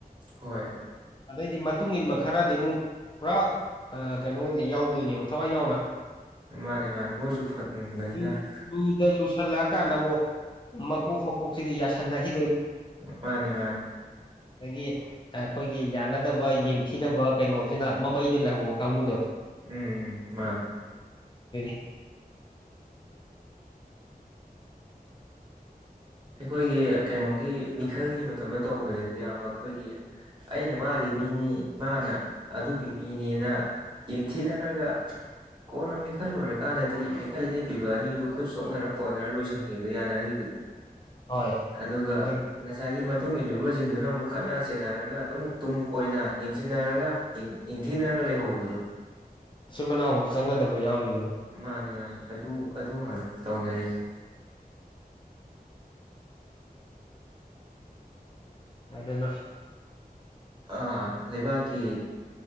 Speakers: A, on the right; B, on the left.
A: ꯍꯣꯏ
B: ꯑꯗꯩꯗꯤ ꯃꯇꯨꯡ ꯏꯟꯕ ꯈꯔꯗꯤ ꯑꯃꯨꯛ ꯄꯨꯔꯥ ꯑꯥ ꯀꯩꯅꯣ ꯑꯣꯏꯅ ꯌꯥꯎꯗꯣꯏꯅꯦꯕ ꯊꯋꯥꯏ ꯌꯥꯎꯅ
A: ꯃꯥꯅꯦ ꯃꯥꯅꯦ ꯃꯣꯏꯁꯨ ꯐꯪꯕꯅꯤꯅ
B: ꯂꯨ ꯂꯨꯗ ꯂꯨꯁꯜꯂꯛꯑꯀꯥꯟꯗ ꯑꯃꯨꯛ ꯃꯀꯣꯛ ꯃꯀꯣꯛꯁꯤꯗꯤ ꯌꯥꯁꯟꯅꯒꯤ
A: ꯃꯥꯅꯤ ꯃꯥꯅꯤ
B: ꯗꯒꯤ ꯑ ꯑꯈꯣꯏꯒꯤ ꯌꯥꯟꯅꯗꯕ ꯌꯦꯡꯊꯤꯅꯕ ꯀꯩꯅꯣꯁꯤꯅ ꯃꯃꯩꯗ ꯂꯩꯍꯧꯕ ꯀꯥꯡꯕꯨꯗꯣ
A: ꯎꯝ ꯃꯥꯅꯦ
B: <unintelligible>
A: ꯑꯩꯈꯣꯏꯒꯤ ꯀꯩꯅꯣꯒꯤ ꯃꯤꯈꯜꯒꯤ ꯃꯇꯝꯗ ꯇꯧꯒ꯭ꯔꯦ ꯏꯌꯥꯝꯕ ꯑꯈꯣꯏꯒꯤ ꯑꯩꯅ ꯃꯥꯒꯤ ꯃꯤꯅꯤ ꯃꯥꯅ ꯑꯗꯨꯒꯤ ꯃꯤꯅꯦꯅ ꯌꯦꯡꯊꯤꯅꯔꯒ ꯀꯣꯟꯅ ꯃꯤꯈꯜ ꯂꯣꯏꯔꯀꯥꯟꯗꯗꯤ ꯃꯤꯈꯜ ꯂꯦꯞꯄꯤꯕ ꯑꯅꯤꯗꯨ ꯈꯨꯠ ꯁꯣꯛꯅꯔ ꯀꯣꯟꯅꯔꯒ ꯂꯣꯏꯁꯤꯟꯒꯤꯕꯗꯣ ꯌꯥꯅꯒꯤꯕ
B: ꯍꯣꯏ
A: ꯑꯗꯨꯒ
B: ꯑꯗꯒꯤ
A: ꯉꯁꯥꯏꯒꯤ ꯃꯇꯨꯡ ꯏꯜꯂꯨꯕꯁꯤꯡꯗꯨꯅ ꯑꯃꯨꯛ ꯈꯠꯅ ꯆꯩꯅꯔꯒ ꯑꯗꯨꯝ ꯇꯨꯡ ꯀꯣꯏꯅ ꯌꯦꯡꯁꯤꯟꯅꯔꯒ ꯌꯦꯡ ꯌꯦꯡꯊꯤꯅꯔꯒ ꯂꯩꯍꯧꯕꯗꯣ
B: ꯃꯆꯤꯟ ꯃꯅꯥꯎꯕꯥꯎ ꯆꯪꯅꯗꯕ ꯌꯥꯎꯔꯤꯃꯤ
A: ꯃꯥꯅꯤ ꯃꯥꯅꯤ ꯑꯗꯨ ꯑꯗꯨ ꯉꯥꯛꯇꯅꯤ ꯇꯧꯅꯔꯤꯁꯦ
B: ꯑꯗꯨꯅ
A: ꯑ ꯂꯩꯕꯛꯀꯤ